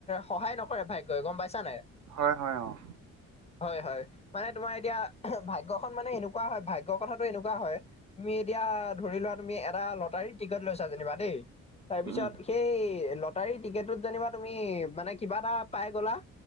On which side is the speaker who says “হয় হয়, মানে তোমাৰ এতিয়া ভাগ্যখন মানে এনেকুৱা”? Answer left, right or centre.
Left